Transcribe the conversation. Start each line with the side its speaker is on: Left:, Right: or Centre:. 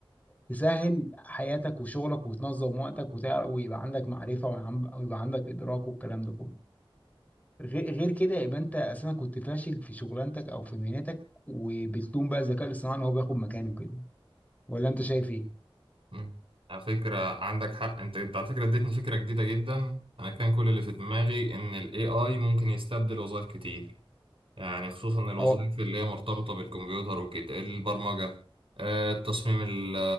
Left: تسهل حياتك وشغلك وتنظم وقتك وتعرف ويبقى عندك معرفة ويعم- ويبقى عندك ادراك والكلام ده كله غير غير كده يبقى انت اساسا كنت فاشل في شغلانتك او في مهنتك وبتلوم بقى الذكاء الاصطناعي ان هو بياخد مكانه كده ولا انت شايف ايه؟
Right: مم. على فكرة عندك حق انت انت على فكرة اديتني فكرة جديدة جدا انا كان كل اللي في دماغي ان ال AI ممكن يستبدل وظائف كتير يعني خصوصا الوظائف
Left: هو
Right: اللي هي مرتبطة بالكمبيوتر وكده البرمجة آه، التصميم ال-